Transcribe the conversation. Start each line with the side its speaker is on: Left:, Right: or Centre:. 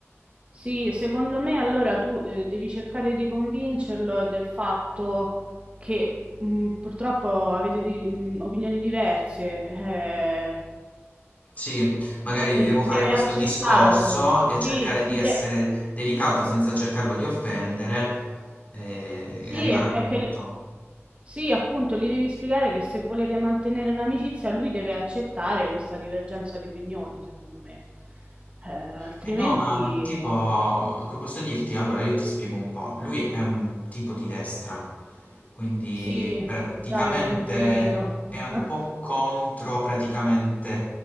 Right: sì, secondo me allora tu eh, devi cercare di convincerlo del fatto che mh, purtroppo avete di- mh, opinioni diverse, eh,
Left: Sì,
Right: quindi
Left: magari gli devo
Right: deve
Left: fare questo
Right: accettarlo.
Left: discorso e
Right: Sì,
Left: cercare di
Right: sì,
Left: essere
Right: de-
Left: delicato senza cercarlo di offendere e
Right: sì,
Left: arrivare
Right: è, è
Left: al punto.
Right: che sì, appunto, gli devi spiegare che se volete mantenere l'amicizia, lui deve accettare questa divergenza di opinioni, secondo me. Eh, altrimenti
Left: Eh no, ma mh, tipo, come posso dirti? Allora, io ti spiego un po'. Lui è un tipo di destra, quindi
Right: Sì,
Left: praticamente
Right: già avevo intuito.
Left: è
Right: <laughs>
Left: un po' contro praticamente